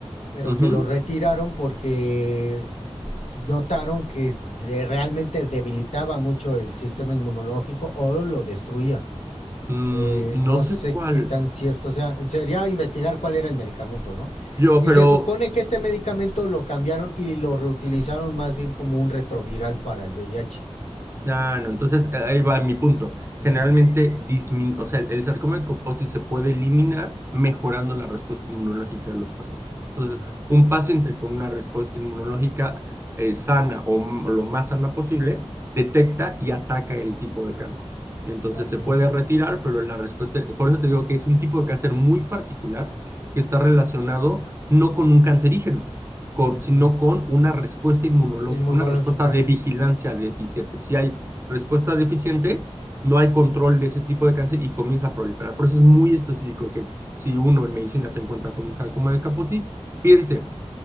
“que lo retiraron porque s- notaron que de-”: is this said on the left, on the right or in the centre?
Left